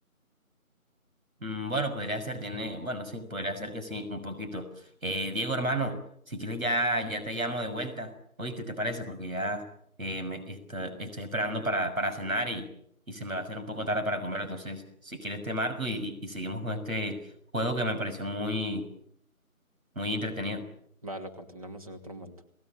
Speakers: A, on the right; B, on the right.
A: Mm, Bueno, podría ser, tiene, bueno, sí, podría ser que sí, un poquito. Eh, Diego, hermano, si quieres ya, ya te llamo de vuelta. ¿Oíste, te parece? Porque ya eh, me, esto- estoy esperando para, para cenar y, y se me va a hacer un poco tarde para comer. Entonces, si quieres te marco y, y y seguimos con este juego que me pareció muy, muy entretenido.
B: Va, lo continuamos en otro momento.